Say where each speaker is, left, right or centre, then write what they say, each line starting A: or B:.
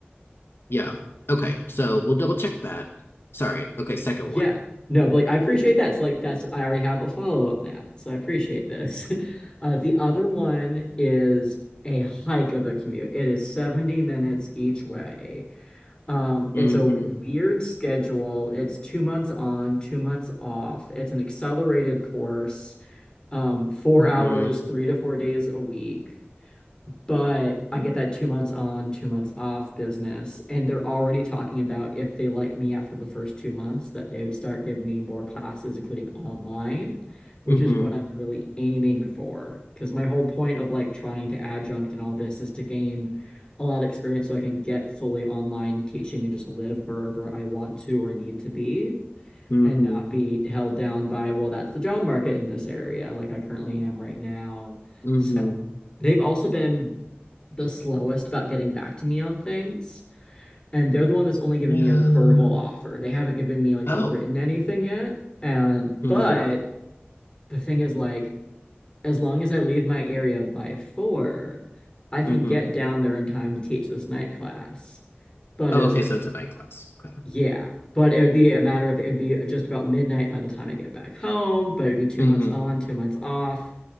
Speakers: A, on the left; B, on the left.
A: yeah. Okay, so we'll double check that. Sorry. Okay, second
B: Yeah.
A: one.
B: No, but like I appreciate that. It's like that's I already have a follow-up now. So I appreciate this. <laughs> Uh the other one is a hike of a commute. It is 70 minutes each way. Um
A: Mm-hmm.
B: it's a weird schedule. It's two months on, two months off. It's an accelerated course, um, four
A: Mm-hmm.
B: hours, three to four days a week but I get that two months on, two months off business. And they're already talking about if they like me after the first two months, that they would start giving me more classes, including online, which
A: Mm-hmm.
B: is what I'm really aiming for. Because my whole point of like trying to adjunct and all this is to gain a lot of experience so I can get fully online teaching and just live wherever I want to or need to be.
A: Mm-hmm.
B: And not be held down by, well, that's the job market in this area, like I currently am right now.
A: Mm-hmm.
B: So they've also been the slowest about getting back to me on things. And they're the one that's only given
A: Yeah.
B: me a verbal offer. They haven't given me like
A: Oh.
B: a written anything yet. And
A: Mm-hmm.
B: but the thing is like as long as I leave my area by four, I can
A: Mm-hmm.
B: get down there in time to teach this night class. But
A: Oh,
B: is
A: okay,
B: it
A: so it's a night class. Okay.
B: yeah. But it would be a matter of it would be just about midnight by the time I get back home, but it'd be two
A: Mm-hmm.
B: months on, two months off.